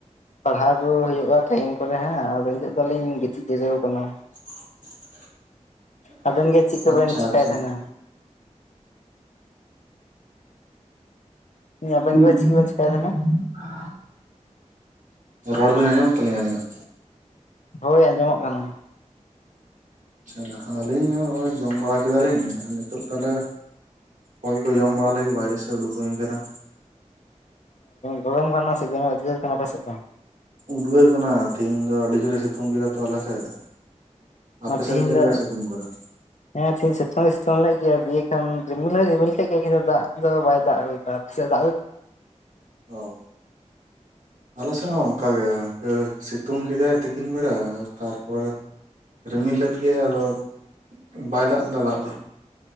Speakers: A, on the left; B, on the right.
A: ᱯᱟᱲᱦᱟᱣ ᱠᱚ ᱦᱩᱭᱩᱜᱼᱟ, ᱴᱟᱭᱤᱢ ᱠᱚᱨᱮ ᱦᱟᱸᱜ, ᱟᱫᱚ ᱱᱤᱛᱳᱜ ᱫᱚ ᱞᱤᱧ ᱜᱤᱛᱤᱡ ᱡᱤᱨᱟᱹᱣ ᱠᱟᱱᱟ᱾
B: <inaudible>
A: ᱟᱵᱮᱱ ᱜᱮ ᱪᱮᱫ ᱠᱚᱵᱮᱱ
B: ᱟᱪᱪᱷᱟ
A: ᱪᱮᱠᱟᱭ
B: ᱼ ᱟᱪᱪᱷᱟ
A: ᱛᱟᱦᱮᱱᱟ ᱟᱵᱮᱱ
B: ᱦᱩᱸ
A: ᱜᱮ ᱪᱮᱫ ᱠᱚᱵᱮᱱ ᱪᱮᱠᱟᱭ
B: <unintelligible>
A: ᱛᱟᱦᱮᱱᱟ
B: ᱨᱚᱲ ᱵᱤᱱ ᱟᱸᱡᱚᱢᱮᱫ ᱛᱟᱹᱞᱤᱧᱟ ᱟᱹᱞᱤᱧᱟᱜ᱾
A: ᱦᱳᱭ ᱟᱸᱡᱚᱢᱚᱜ ᱠᱟᱱᱟ᱾
B: ᱟᱪᱪᱷᱟ ᱟᱹᱞᱤᱧ ᱦᱚᱸ ᱱᱚᱜᱼᱚᱭ ᱡᱚᱢ ᱵᱟᱲᱟ ᱠᱮᱫᱟ ᱞᱤᱧ, ᱟᱨ ᱱᱤᱛᱚᱜ ᱛᱟᱦᱚᱞᱮ ᱦᱚᱭ ᱠᱚ ᱡᱚᱢ ᱵᱟᱲᱟ ᱞᱟᱹᱜᱤᱫ ᱵᱟᱭᱨᱮ ᱥᱮᱫ ᱩᱰᱩᱠ ᱦᱩᱭ ᱠᱟᱱᱟ᱾
A: ᱜᱚᱨᱚᱢ ᱠᱟᱱᱟ ᱥᱮ ᱫᱚᱢᱮ ᱩᱫᱽᱜᱟᱹᱨ ᱠᱟᱱᱟ ᱟᱯᱮ ᱥᱮᱫ ᱫᱚ᱾
B: ᱩᱫᱽᱜᱟᱹᱨ ᱠᱟᱱᱟ ᱛᱤᱦᱤᱧ ᱫᱚ ᱟᱹᱰᱤ ᱡᱳᱨᱮ ᱥᱤᱛᱩᱝ ᱠᱮᱫᱟ ᱛᱚ ᱟᱞᱮ ᱥᱮᱫ᱾ ᱟᱯᱮ
A: ᱟᱨ ᱛᱮᱦᱤᱧ
B: ᱥᱮᱫ ᱪᱮᱫ
A: ᱫᱚ
B: ᱞᱮᱠᱟᱭ ᱥᱤᱛᱩᱝ ᱠᱟᱫᱟ
A: ᱦᱮᱸ ᱛᱤᱦᱤᱧ ᱥᱤᱛᱩᱝ ᱦᱚᱸᱭ ᱥᱤᱛᱩᱝ ᱞᱮᱫ ᱜᱮᱭᱟ, ᱫᱤᱭᱮ ᱠᱷᱟᱱ ᱨᱤᱢᱤᱞ ᱦᱚᱭ ᱨᱤᱢᱤᱞ ᱠᱮᱫ ᱜᱮᱭᱟ, ᱠᱤᱱᱛᱩ ᱫᱟᱜ ᱫᱚ ᱵᱟᱭ ᱫᱟᱜ ᱞᱮ ᱟᱯᱮ ᱥᱮᱫ ᱫᱟᱜᱼᱼ
B: ᱚ <unintelligible> ᱟᱞᱮ ᱥᱮᱫ ᱦᱚᱸ ᱚᱱᱠᱟ ᱜᱮ ᱱᱚᱛᱮ ᱥᱤᱛᱩᱝ ᱠᱮᱫᱟᱭ ᱛᱤᱠᱤᱱ ᱵᱮᱲᱟ ᱛᱟᱨᱯᱚᱨᱮ ᱨᱤᱢᱤᱞ ᱞᱮᱫ ᱜᱮᱭᱟᱼᱭ ᱟᱫᱚ ᱵᱟᱭ ᱫᱟᱜ ᱞᱮᱫᱟ ᱫᱟᱜ ᱫᱚ᱾